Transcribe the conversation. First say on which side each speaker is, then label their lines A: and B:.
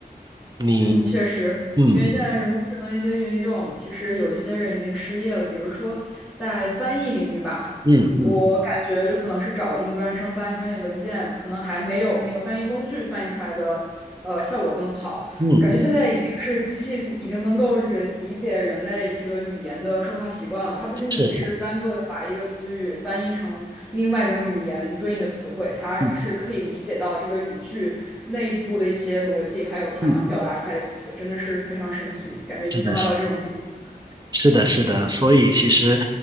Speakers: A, on the right; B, in the centre.
A: 你，
B: 嗯，确实，
A: 嗯
B: 因为现在人工智能一些运用，其实有一些人已经失业了。比如说在翻译领域吧，
A: 嗯嗯
B: 我感觉就可能是找硬专生翻译出来那个文件，可能还没有那个翻译工具翻译出来的呃效果更好。
A: 嗯，
B: 感觉现在已经是机器已经能够人理解人类这个语言的说话习惯了。它不仅仅是单个的把一个词语翻译成另外一种语言对应的词汇，
A: 是，
B: 它是可以理解到这个语句内部的一些逻辑，
A: 嗯
B: 还有它想表达出来的意思，
A: 嗯，
B: 真的是非常神奇，感觉已经进化到这种地步。
A: 是的。是的，是的，所以其实